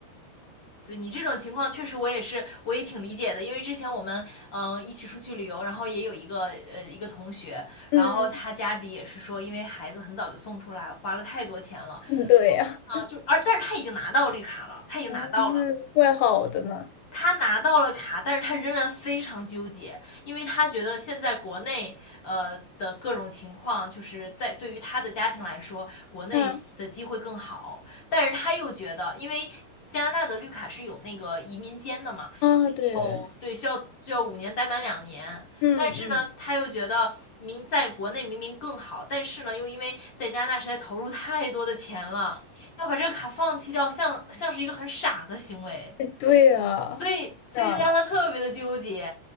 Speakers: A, on the left (about 45°); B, on the left (about 80°).
A: 对你这种情况，确实我也是，我也挺理解的。因为之前我们嗯、呃一起出去旅游，然后也有一个呃一个同学，
B: 嗯，
A: 然后他家里也是说，因为孩子很早就送出来，花了太多钱了
B: 嗯对呀。
A: 啊、就而但是他已经拿到绿卡了，他已经拿到了，
B: 哦，那怪好的呢。
A: 他拿到了卡，但是他仍然非常纠结，因为他觉得现在国内呃的各种情况，就是在对于他的家庭来说，国内的机会更好，
B: 嗯
A: 但是他又觉得，因为加拿大的绿卡是有那个移民监的嘛，
B: 啊，
A: 然后对需要需要五年待满两年，
B: 对对，嗯嗯，
A: 但是呢，他又觉得。明在国内明明更好，但是呢，又因为在加拿大实在投入太多的钱了，要把这个卡放弃掉，像像是一个很傻的行为。
B: 哎对呀，
A: 所以所以就让他特别的纠结，
B: 是啊，